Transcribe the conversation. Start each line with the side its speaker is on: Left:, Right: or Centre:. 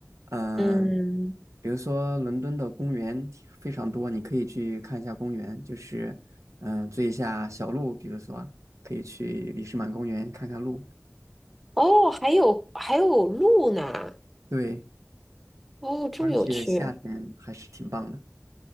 Right: 嗯、
Centre: 嗯，
Right: 比如说伦敦的公园非常多，你可以去看一下公园，就是嗯、呃追一下小鹿，比如说可以去里士满公园看看鹿，
Centre: 哦，还有还有路呢，
Right: 对，
Centre: 哦，这么有趣，
Right: 而且夏天还是挺棒的。